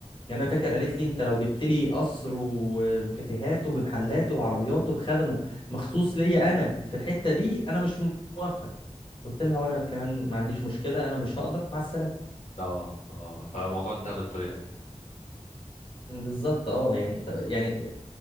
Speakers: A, on the left; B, on the left.
A: يعني
B: مم.
A: انا فاكر قالت لي انت لو جبت لي قصر وبكافيهاته بمحلاته بعربياته بخدمه مخصوص ليا انا في الحته دي انا مش موافقه قلت لها وانا كمان ما عنديش مشكله انا مش هقدر مع السلامه
B: اه اه فالموضوع انتهى بالطريقه دي
A: بالظبط اه يعني طب يعني